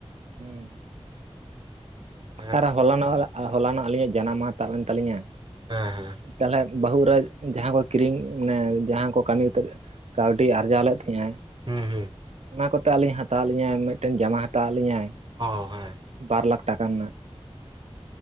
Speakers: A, on the right; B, on the right.
A: ᱦᱮᱸ
B: ᱚ
A: ᱟᱨ ᱦᱚᱞᱟᱱᱚᱜ ᱦᱚᱞᱟᱱᱚᱜ ᱟᱹᱞᱤᱧᱟᱜ ᱡᱟᱱᱟᱢ ᱢᱟᱦᱟ ᱛᱟᱵ ᱮᱱ ᱛᱟᱞᱤᱧᱟ᱾
B: ᱦᱮᱸ ᱦᱮᱸ
A: ᱛᱟᱦᱚᱞᱮ ᱵᱟᱹᱦᱩ ᱮᱨᱟ ᱡᱟᱦᱟᱸ ᱠᱚ ᱠᱤᱨᱤᱧ ᱢᱟᱱᱮ ᱡᱟᱦᱟᱸ ᱠᱚ ᱠᱟᱹᱢᱤ ᱛᱮᱜᱮ ᱠᱟᱛᱮᱫ ᱠᱟᱹᱣᱰᱤ ᱟᱨᱡᱟᱣ ᱞᱮᱫ ᱛᱟᱦᱮᱫ ᱟᱭ
B: ᱦᱩᱸ ᱦᱩᱸ
A: ᱚᱱᱟ ᱠᱚᱛᱮ ᱟᱹᱞᱤᱧ ᱦᱟᱛᱟᱣ ᱟᱜ ᱞᱤᱧᱟᱭ ᱢᱤᱫᱴᱮᱱ ᱡᱟᱢᱟ ᱦᱟᱛᱟᱣ ᱟᱜ ᱞᱤᱧᱟᱭ
B: ᱚ ᱦᱮ
A: ᱵᱟᱨ ᱞᱟᱠᱷ ᱴᱟᱠᱟ ᱨᱮᱱᱟᱜ